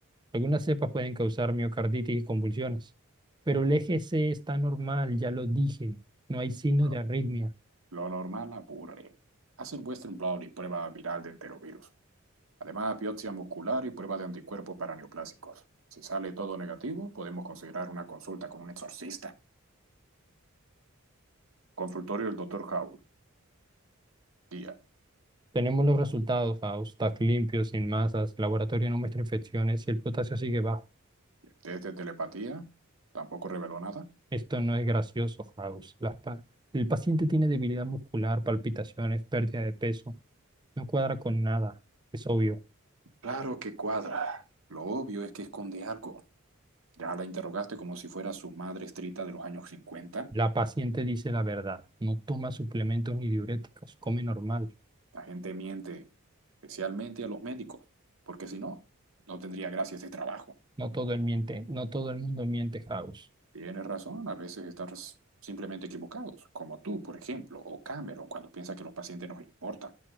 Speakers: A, on the right; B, on the right.
A: Algunas cepas pueden causar miocarditis y convulsiones, pero el eje C está normal, ya lo dije, no hay signos
B: Lo,
A: de arritmia.
B: lo normal aburre. Haz el Western Blot y prueba viral de enterovirus. Además, biopsia muscular y prueba de anticuerpos para neoplásicos. Si sale todo negativo, podemos considerar una consulta con un exorcista. Consultorio del doctor Howell, día.
A: Tenemos los resultados, Faust, TAC limpio, sin masas, laboratorio no muestra infecciones y el potasio sigue bajo.
B: ¿Y el test de telepatía? ¿Tampoco reveló nada?
A: Esto no es gracioso, Faust. Las pa- el paciente tiene debilidad muscular, palpitaciones, pérdida de peso, no cuadra con nada, es obvio.
B: Claro que cuadra. Lo obvio es que esconde algo. ¿Ya la interrogaste como si fuera su madre estrita de los años cincuenta.
A: La paciente dice la verdad, no toma suplementos ni diuréticos, come normal.
B: La gente miente, especialmente a los médicos, porque si no, no tendría gracia ese trabajo.
A: No todo el miente, no todo el mundo miente, House.
B: Tienes razón, a veces estás simplemente equivocados, como tú, por ejemplo, o Cameron, cuando piensa que los pacientes nos importan.